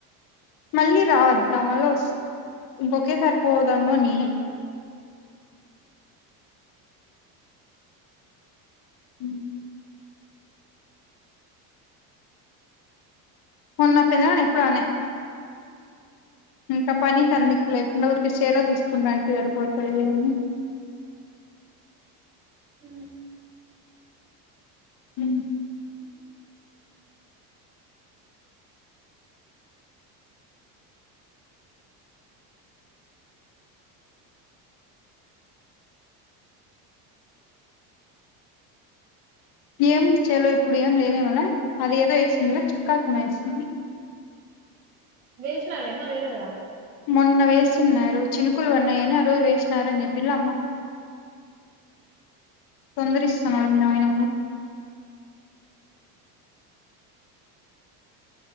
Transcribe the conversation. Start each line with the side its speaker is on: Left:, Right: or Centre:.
Left: మళ్ళీ రాద్దా మళ్ళ వస్ ఇంకొకేసారి పోదాముని ఉ మొన్న పెదనాన్న ఎప్పుడో అన ఇంకా పని కెందుకు లేకుండ ఊరికె చేలో చూసుకుంటాంటె సరిపోతది లే అని
Right: ఉ
Left: హ ఏముంది చేలో ఇప్పుడు ఎం లేదేమోల అది ఏదో ఏసిండ్ల చుక్కాకి ఎమో వేసింది
Right: వేసినారా ఇంకా వెయ్యలా కదా
Left: మొన్న వేసిన్నారు చినుకులు వన్నాయని ఆ రోజు వేసినారని చెప్పిళ అమ్మ తొందరిస్తనాడు మీ నాయన